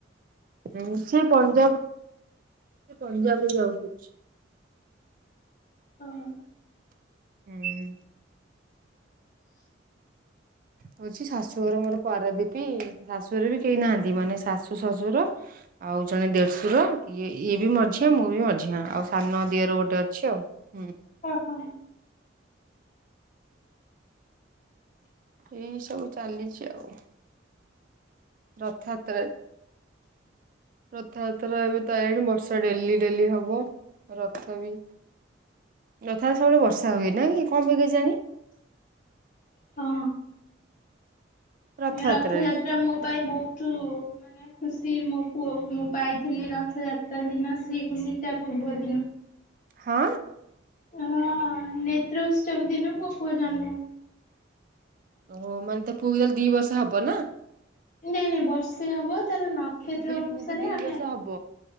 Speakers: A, on the right; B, on the left.
A: ଇ ସେ ପଞ୍ଜାବ ସେ ପଞ୍ଜାବରେ ଜବ କରୁଛି।
B: ହଁ।
A: ହୁଁ। ହଉଛି ଶାଶୁଘର ମୋର ପାରାଦ୍ୱୀପି। ଶାଶୁ ଘରେ ବି କେହି ନାହାନ୍ତି। ମାନେ ଶାଶୁ ଶଶୁର ଆଉ ଜଣେ ଦେଢଶୁର ଇଏ ଇଏ ବି ମଝିଆ ମୁଁ ବି ମଝିଆ ଆଉ ସାନ ଦିଅର ଗୋଟେ ଅଛି ଆଉ। ହୁଁ,
B: ଓହୋ।
A: ଏଇ ସବୁ ଚାଲିଛି ଆଉ। ରଥଯାତ୍ରାରେ ରଥଯାତ୍ରା ଏବେ ତ ଆଇଲାଣି ବର୍ଷା ଡେଲି ଡେଲି ହବ। ରଥ ବି <unintelligible> ସବୁବେଳେ ବର୍ଷା ହୁଏ। ନାକି କଣ ପାଇଁ କେଜାଣି।
B: ହଁ।
A: ରଥଯାତ୍ରାରେ?
B: ରଥଯାତ୍ରା ମୋ ପାଇଁ ବହୁତ ମାନେ ଖୁସି ମୋ ପୁଅ ମୁଁ ପାଇଁ ଥିଲି। ରଥଯାତ୍ରା ଦିନ ଶ୍ରୀଗୁଣ୍ଡିତା ପୂର୍ବ ଦିନ।
A: ହଁ।
B: ହଁ ନେତ୍ର ଉତ୍ସବ ଦିନ ମୋ ପୁଅ ଜନ୍ମ।
A: ଓହୋ ମାନେ ତୋ ପୁଅକୁ ତାହଲେ ଦି ବର୍ଷ ହବ ନା?
B: ନାଇଁ ନାଇଁ ବର୍ଷେ ହବ। ତାର ନକ୍ଷତ୍ର
A: ମୁଁ କହିଲି
B: ଅନୁସାରେ
A: ପୁଅକୁ ଦି
B: ଆମେ
A: ବର୍ଷ ହବ।